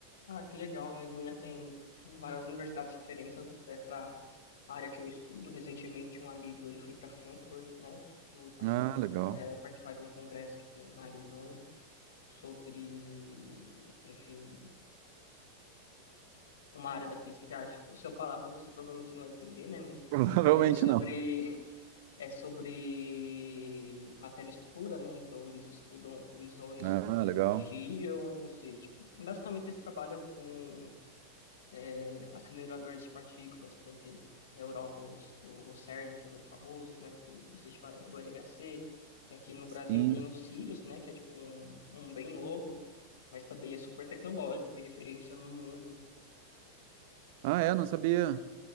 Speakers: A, on the left; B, on the right.
A: ah, que legal. Na Alemanha tem várias universidades referências até para a área que eu estudo. Recentemente, um amigo, ele foi para Frankfurt, né? Tipo, pas-
B: Ah, legal.
A: é, participar de um congresso que tem na Alemanha sobre, enfim, uma área da física que eu acho que se eu falar para você, provavelmente você não vai entender, né? Mas
B: <laughs> Provavelmente
A: é sobre
B: não.
A: é sobre matéria escura, né? Então eles estudam colisões
B: Ah, legal.
A: de íons e tipo, basicamente eles trabalham com é, aceleradores de partículas que nem tem na Europa os, o CERN que é muito famoso, né? Tem existe o LHC e aqui no
B: Sim.
A: Brasil tem o Sirius, né? Que é tipo um, um bem novo, mas também é super tecnológico e referência no mundo.
B: Ah, é, não sabia.